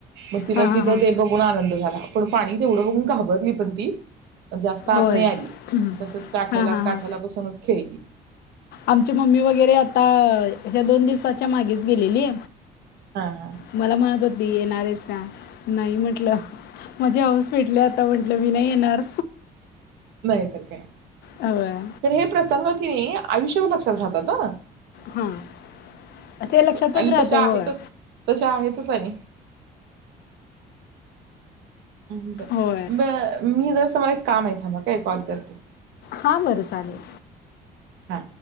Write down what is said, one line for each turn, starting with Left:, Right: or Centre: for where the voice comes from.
Right: म तिला
Left: हां हां
Right: तिथं
Left: हां
Right: ते बघून आनंद झाला. पाणी तेवढं बघून घाबर ली एकदम ती जास्त आत
Left: होय
Right: नाय आली,
Left: हां
Right: तसच काठ्याला
Left: हां
Right: काठ्याला
Left: हां
Right: बसूनच खेळली.
Left: आमची मम्मी वगैरे आता ह्या दोन दिवसाच्या मागेच गेलेली.
Right: हा हा
Left: मला म्हणत होती येणार आहेस का? नाही म्हटलं. माझी हाऊस फिटली आता म्हंटलं मी नाय येणार.
Right: नाहीतर काय
Left: होय
Right: तर हे प्रसंग की नय आयुष्यभर लक्षात राहतात हं
Left: हा ते लक्षातच
Right: आणि
Left: राहतय
Right: तशा आहेतच
Left: होय.
Right: तशा आहेतच आणि <unintelligible>
Left: होय
Right: थांबा एक काम आहे, थांबा काय एक कॉल करते.
Left: हा बरं चालेल.
Right: हा,